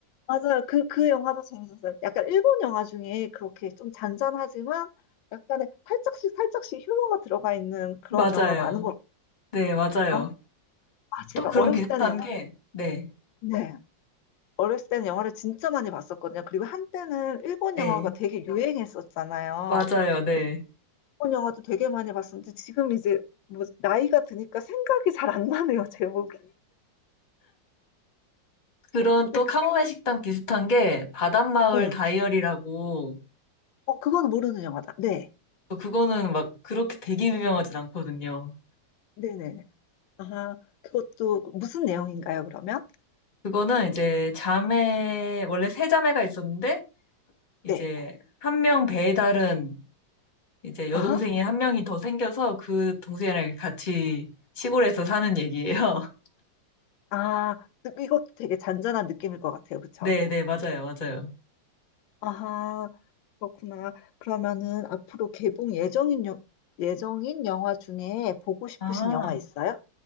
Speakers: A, on the left; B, on the left.
A: 맞아요. 그, 그 영화도 재밌었어요. 약간 일본 영화 중에 그렇게 좀 잔잔하지만 약간의 살짝씩 살짝씩 휴머가 들어가 있는 그런
B: 맞아요.
A: 영화가 많은 것
B: 네, 맞아요.
A: 같아요. 아, 아,
B: 또
A: 제가
B: 그런
A: 어렸을
B: 비슷한
A: 때는 영화를,
B: 게, 네,
A: 네. 어렸을 때는 영화를 진짜 많이 봤었거든요. 그리고 한때는 일본
B: 네.
A: 영화가 되게 유행했었잖아요.
B: 맞아요, 네.
A: 그래서 일본 영화도 되게 많이 봤었는데 지금 이제 뭐 나이가 드니까 생각이 잘 안 나네요, 제목이.
B: 그런
A: 근데
B: 또 카모메
A: 그-
B: 식당 비슷한 게 바닷마을
A: 네.
B: 다이어리라고
A: 어, 그건 모르는 영화다. 네.
B: 또 그거는 막 그렇게 되게 유명하진 않거든요.
A: 네네. 아, 그것도 무슨 내용인가요, 그러면?
B: 그거는 이제 자매 원래 세 자매가 있었는데 이제
A: 네.
B: 한 명 배에 다른 이제 여동생이
A: 아하.
B: 한 명이 더 생겨서 그 동생이랑 같이 시골에서 사는 얘기예요. <laughs>
A: 아, 그- 이것도 되게 잔잔한 느낌일 것 같아요. 그쵸?
B: 네, 네, 맞아요, 맞아요.
A: 아하. 그렇구나. 그러면은 앞으로 개봉 예정인, 여- 예정인 영화 중에 보고 싶으신
B: 아,
A: 영화 있어요?